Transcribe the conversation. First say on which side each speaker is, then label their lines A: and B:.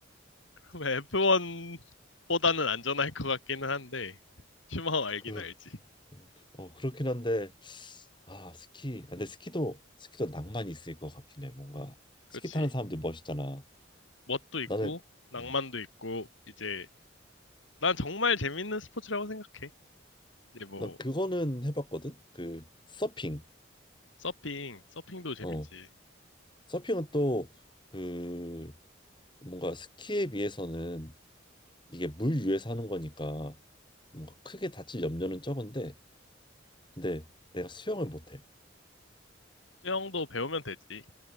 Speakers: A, on the left; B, on the left.
A: <laughs> F1보다는 안전할 것 같기는 한데 슈마허 알긴
B: 그,
A: 알지.
B: 어, 그렇긴 한데 아, 스키. 근데 스키도 스키도 낭만이 있을 것 같긴 해. 뭔가
A: 그렇지.
B: 스키 타는 사람들 멋있잖아.
A: 멋도 있고
B: 나는
A: 낭만도
B: 음,
A: 있고 이제 난 정말 재밌는 스포츠라고 생각해. 이제 뭐
B: 난 그거는 해봤거든. 그 서핑.
A: 서핑, 서핑도 재밌지.
B: 어, 서핑은 또 그 뭔가 스키에 비해서는 이게 물 위에서 하는 거니까 뭔가 크게 다칠 염려는 적은데 근데 내가 수영을 못해.
A: 수영도 배우면 되지.